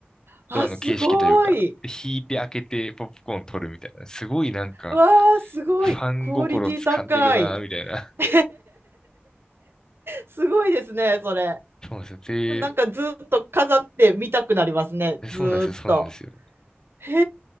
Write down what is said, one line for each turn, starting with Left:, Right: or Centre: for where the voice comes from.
Right: あ、
Left: ドアの形式というか、
Right: すごい。
Left: 引いて開けてポップコーン取るみたいな、すごいなんか、
Right: わあ、すごい。
Left: ファン心掴んでるな、
Right: クオリティ高い。
Left: みたいな。<laughs>
Right: <laughs> すごいですね、それ。
Left: そうなんですよ。で、
Right: なんかずっと飾って見たくなりますね、
Left: でそうなんですよ、
Right: ずーっと。
Left: そうなんですよ。
Right: へ